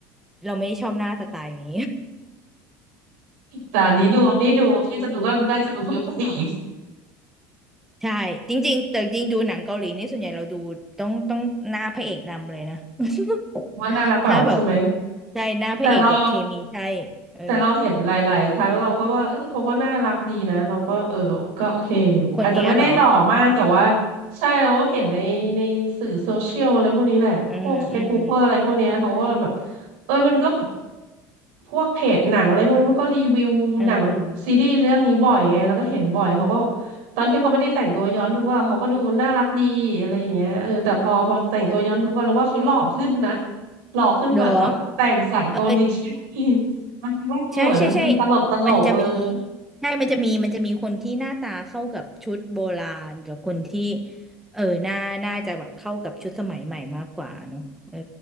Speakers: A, in the centre; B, on the right.
A: เราไม่ได้ชอบหน้าสไตล์นี้
B: แต่อันนี้ดูนี่ดูที่จะดูก็ได้จะดูเพื่อพระเอก
A: ใช่จริงๆแต่จริงดูหนังเกาหลีนี่ส่วนใหญ่เราดูต้องต้องหน้าพระเอกนำเลยนะ <laughs>
B: ว่าน่ารักเปล่าใช่ไหม
A: ถ้าแบบใช่หน้าพระเอกแบบเคมีใช่
B: แต่เรา
A: เออ
B: แต่เราเห็นหลายๆครั้งเราก็ว่าเอ้ยเขาก็น่ารักดีนะเราก็เออก็โอเคอยู่อาจจะไม่ได้หล่อมากแต่ว่า
A: คนเนี้ยเหรอ
B: ใช่เราก็เห็นในในสื่อโซเชียลอะไรพวกนี้แหละพวกเฟซบุ๊กอะไรพวกเนี้ยเขาก็แบบ
A: อืมอืม
B: เออมันก็แบบพวกเพจหนังอะไรพวกนี้มันก็รีวิวหนังซีรีส์เรื่องนี้บ่อยไงแล้วก็เห็นบ่อยเขาก็
A: เออ
B: ตอนที่เขาไม่ได้แต่งตัวย้อนยุคอะเขาก็ดูน่ารักดีอะไรอย่างเงี้ยเออแต่พอพอแต่งตัวย้อนยุคอะเราว่าเขาหล่อขึ้นนะ หล่อขึ้นแบบแบบแต่งสากลดิกชันนี
A: เหรอเออ
B: มันเป็นว่าเธอเหมือนมันตลกตลกเลย
A: ใช่ใช่ใช่มันจะมีใช่มันจะมีมันจะมีคนที่หน้าตาเข้ากับชุดโบราณกับคนที่เออหน้าน่าจะแบบเข้ากับชุดสมัยใหม่มากกว่าเนอะเออ